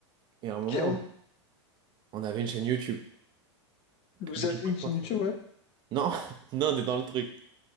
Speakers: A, on the right (about 30°); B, on the left (about 40°).
A: Et à un moment,
B: Ok, hein.
A: on avait une chaîne YouTube.
B: Vous
A: Mais
B: aviez
A: tu peux
B: une
A: le
B: chaîne
A: montrer.
B: YouTube, ouais?
A: Non, <laughs> non, t'es dans le truc.